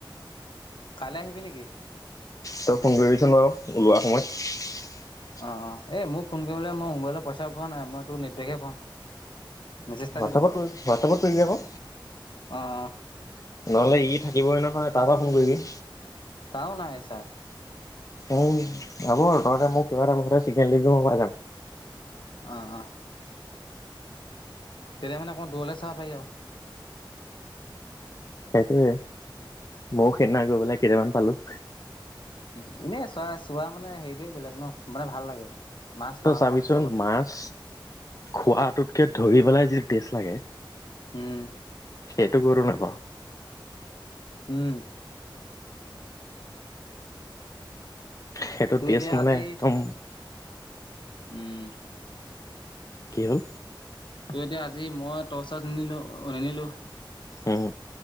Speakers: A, on the left; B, on the left.
A: কাইলৈ আহিবি নেকি?
B: তই ফোন কৰিবিচোন বাৰু ওলোৱা সময়ত।
A: অ, অ, এই মোক ফোন কৰিবলৈ মই মোবাইলত পইচা ভৰোৱা নাই মই তোৰ নেটপেকহে ভৰাও। মেছেজ এটা
B: হোৱাটছআপত
A: দি দিম বাৰু,
B: কৰি হোৱাটছআপত কৰিবি আকৌ।
A: অ' অ'।
B: নহ'লে ই থাকিবই নহয়, তাৰ পৰা ফোন কৰিবি।
A: তাৰো নাই ৰিচাৰ্জ।
B: উম, হ'ব তহঁতে মোক কিবা এটা মুঠতে চিগনেল দিবি, মই পাই যাম।
A: অ' অ'। তেতিয়া মানে অকণমান দূৰলে চাব পাৰি আৰু।
B: সেইটোৱে, মইয়ো সেইদিনা গৈ পেলাই কেইটামান পালোঁ।
A: উম, এনেই চোৱা-চোৱা মানে হেৰিটোৱে বেলেগ ন, মানে ভাল লাগে। মাছ পাওঁ
B: তই
A: নাপাওঁ
B: চাবিচোন,
A: পিছৰ কথা
B: মাছ খোৱাটোতকে ধৰি পেলাই যিটো টেষ্ট লাগে
A: উম।
B: সেইটো ক'তো নাপাৱ।
A: উম।
B: সেইটো
A: তোৰ
B: টেষ্ট
A: এতিয়া
B: মানে
A: আজি
B: একদম
A: উম।
B: কি হ'ল
A: তোৰ এতিয়া আজি মই টৰ্চ-চৰ্চ নিনিলোঁ-নিনিলোঁ
B: উম।